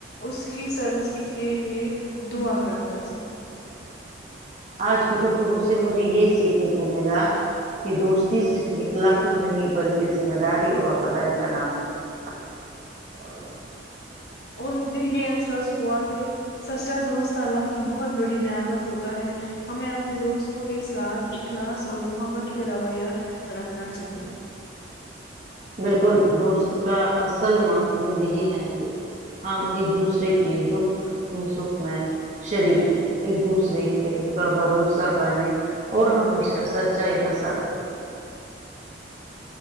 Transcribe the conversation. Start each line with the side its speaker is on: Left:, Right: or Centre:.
Left: اس کی ترسی کے لیے دعا کرتا ہے
Right: آج کی گفتگو سے مجھے یہ سیکھنے کو ملا کہ دوستی صرف ایک لفظ نہیں بلکہ ذمہ داری اور وفاداری کا نام ہے
Left: اور مط یہ احساس ہوا کہ سچا دوست اللہ کی بہت بڑی نعمت ہوتا ہے ہمیں اپنے دوستوں کے ساتھ اخلاص اور محبت پہ رویہ رکھنا چاہیے
Right: بالکل دوست کا اصل معفوم یہی ہے کہ ہم ایک دوسرے کے دکھ سکھ میں شریک ہوں ایک دوسرے کے کا بھروسہ بنے اور ہمیشہ سچائی کا ساتھ دیں